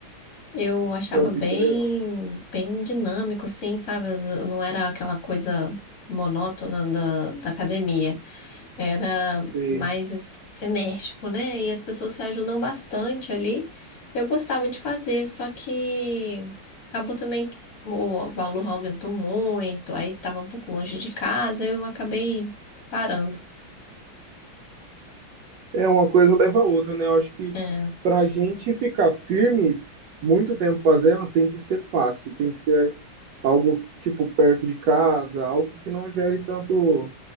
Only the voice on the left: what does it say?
Eu achava
bem,
bem dinâmico, assim, sabe? Eu não era aquela coisa monótona da, da academia era
mais enérgico, né? E as pessoas se ajudam bastante ali. Eu gostava de fazer, só que acabou também que o valor aumentou muito, aí estava um pouco longe de casa, eu acabei parando.
É,